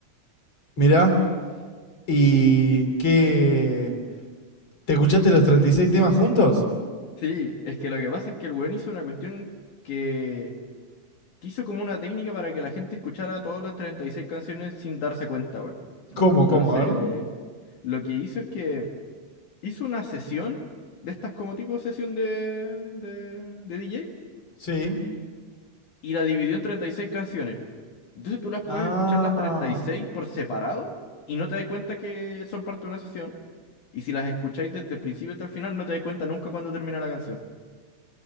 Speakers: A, on the left; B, on the left.
A: Mirá, ¿y qué? ¿Te escuchaste los treinta y seis temas juntos?
B: Sí, es que lo que pasa es que el weón hizo una cuestión que que hizo como una técnica para que la gente escuchara todas las 36 canciones sin darse cuenta, weón.
A: ¿Cómo,
B: Entonces,
A: cómo? A ver.
B: lo que hizo es que hizo una sesión de estas como tipo sesión de, de, de DJ
A: Sí.
B: y la dividió en 36 canciones. Entonces tú las puedes
A: Ah.
B: escuchar las treinta y seis por separado y no te das cuenta que son parte de una sesión. Y si las escucháis desde el principio hasta el final, no te das cuenta nunca cuando termina la canción.